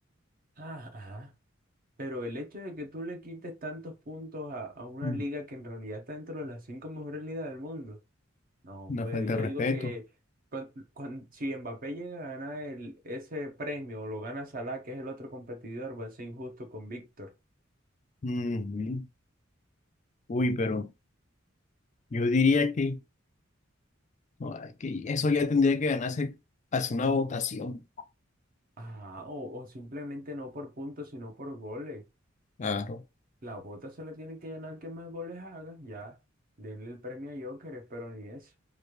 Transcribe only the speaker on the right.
Ah, Ajá. Pero el hecho de que tú le quites tantos puntos a, a una
liga que en realidad está dentro de las cinco mejores ligas del mundo. No, hombre,
yo
digo
que cuan- cuan- si Mbappé llega a ganar el, ese premio o lo gana Salah, que es el otro competidor, va a ser injusto con Víctor.
Ah, o, o simplemente no por puntos, sino por goles.
La bota se la tiene que ganar que más goles haga, ya. Denle el premio a Joker, pero ni eso.